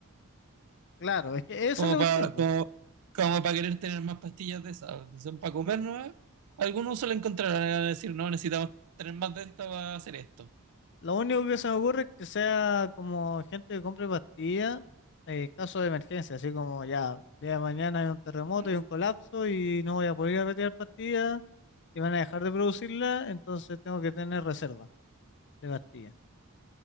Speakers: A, on the left; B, on the right.
A: Claro, es que eso
B: Como
A: es la cuestión,
B: para
A: po.
B: como, como para querer tener más pastillas de esas. Si son para comer nuevas, algún uso lo encontrarán. Van a decir, no, necesitamos tener más de esto para hacer esto.
A: Lo único que se me ocurre es que sea como gente que compre pastillas en caso de emergencia, así como ya, día de mañana hay un terremoto
B: Mm.
A: y un colapso y no voy a poder ir a retirar pastillas. y van a dejar de producirla, entonces tengo que tener reserva de pastillas,